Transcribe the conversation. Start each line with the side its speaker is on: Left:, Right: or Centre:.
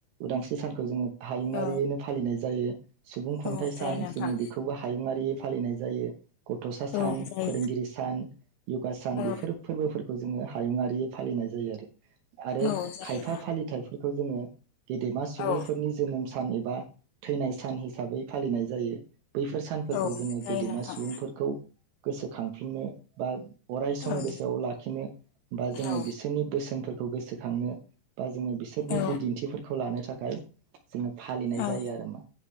Right: उदांस्रि बि सानखौ जोंङो हायुङारियैनो
Left: औ
Right: फालिनाय जायो सुबुं खुंथाइ
Left: औ जायो
Right: सान
Left: नोंथां
Right: जोंङो बेखौबो हायुङारियै फालिनाय जायो गथसा सान
Left: औ जायो
Right: फोरोंगिरि सान यवगा सान
Left: औ
Right: बेफोर फोरबोफोरखौ बे खौ जोंङो हायुङारि फालिनाय जायो आरो आरो
Left: औ जायो
Right: खायफा फालिथायफोरखौ जोंङो गेदेमा सुबुंफोरनि
Left: औ
Right: जोनोम सान एबा बा थैनाय सान हिसाबै फालिनाय जायो बैफोर सानफोरखौ
Left: औ
Right: जोंङो
Left: जायो
Right: गेदेमा
Left: नोंथां
Right: सुबुंफोरखौ गोसोखांफिननो बा अराय सम
Left: औ
Right: गोसोआव लाखिनो बा जोंङो
Left: औ
Right: बिसोरनि बोसोनफोरखौ गोसोखांनो बा जोंङो बिसोरनि
Left: औ
Right: बिदिन्थिफोरखौ लानो थाखाय। जोंङो फालिनाय
Left: औ
Right: जायो आरो मा